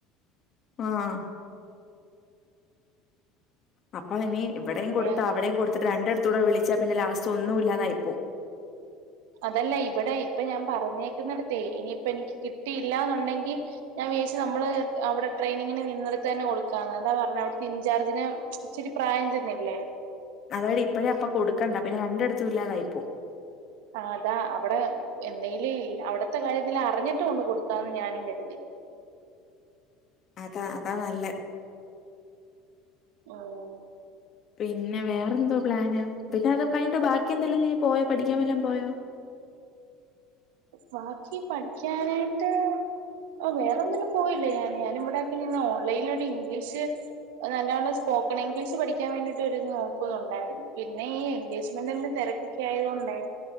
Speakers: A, on the left; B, on the right.
A: ആഹ് അപ്പ ഇനി ഇവിടെയും
B: പിന്നെ
A: കൊടുത്താ
B: ഞാൻ കരുതി
A: അവിടെയും കൊടുത്തിട്ട് രണ്ട അടുത്തൂടെ വിളിച്ചാ പിന്നെ ലാസ്റ്റ് ഒന്നും ഇല്ലാതായിപ്പോവും
B: അതല്ല ഇവിടെ ഇപ്പൊ ഞാൻ പറഞ്ഞേക്കുന്നിടത്തേ ഇനിയിപ്പ എനിക്ക് കിട്ടിയില്ലാന്നുണ്ടെങ്കി ഞാൻ വിചാരിച്ചു നമ്മള് അവിടെ ട്രയിനിങ്ങിന് നിന്നടുത്തന്നെ കൊടുക്കാന്ന് അതാ പറഞ്ഞെ അവിടുത്തെ ഇൻചാർജിന് ഇച്ചിരി പ്രായം ചെന്നില്ലേ
A: അതാടി ഇപ്പഴേ അപ്പൊ കൊടുക്കണ്ടാ പിന്നെ രണ്ടടുത്തും ഇല്ലാതായിപ്പോം
B: ആ അതാ അവിടെ എന്തെങ്കിലും അവിടുത്തെ കാര്യത്തിൽ അറിഞ്ഞിട്ട് കൊണ്ട് കൊടുക്കാന്ന് ഞാനും കരുതി
A: അതാ അതാ നല്ലേ
B: ഓഹ്
A: പിന്നെ വേറെന്തോ പ്ലാന് പിന്നെ അത് കഴിഞ്ഞിട്ട് ബാക്കി എന്തെല്ലും നീ പോയോ പഠിക്കാൻ വല്ലോം പോയോ
B: ബാക്കി പഠിക്കാനായിട്ട് വേറെൊന്നിനും പോയില്ല ഞാന് ഞാൻ ഇവിടെക്കെ നിന്ന് ഓൺലൈന് ഒരു ഇംഗ്ലീഷ് നല്ല നല്ല സ്പോക്കൺ ഇംഗ്ലീഷ് പഠിക്കാൻ വേണ്ടിയിട്ട് നോക്കുന്നുണ്ടായിരുന്നു പിന്നെ ഈ എൻഗേജ്മെന്റിന്റെ തിരക്ക് ക്കെ ആയത് കൊണ്ടേ